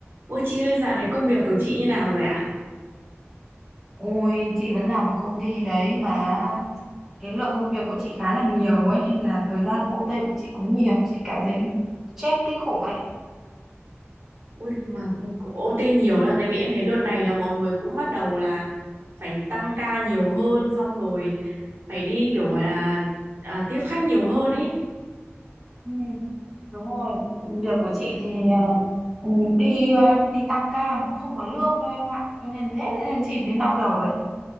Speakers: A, on the right; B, in the centre.
A: Ôi chị ơi, dạo này công việc của chị như nào rồi ạ?
B: Ôi, chị vẫn làm ở công ty đấy mà cái lượng công việc của chị khá là nhiều ấy nên là thời gian OT của chị cũng nhiều, chị cảm thấy stress kinh khủng ấy.
A: Ôi mà cũng OT nhiều là tại vì em thấy đợt này là mọi người cũng bắt đầu là phải tăng ca nhiều hơn xong rồi phải đi kiểu gọi là à, tiếp khách nhiều hơn ấy.
B: Ừ, đúng rồi, việc của chị thì ờ, ừ, đi ờ, đi tăng ca một không có lương đâu em ạ, cho nên thế nên chị mới đau đầu đấy.